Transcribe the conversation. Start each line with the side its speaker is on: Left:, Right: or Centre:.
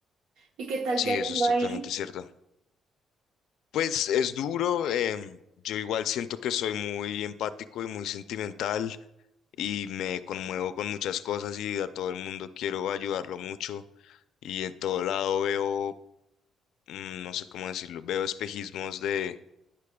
Right: ¿Y qué tal
Left: Sí,
Right: te ha
Left: eso
Right: ido
Left: es totalmente
Right: ahí?
Left: cierto. Pues es duro, em, yo igual siento que soy muy empático y muy sentimental y me conmuevo con muchas cosas y a todo el mundo quiero ayudarlo mucho y en todo lado veo, mm, no sé cómo decirlo, veo espejismos de,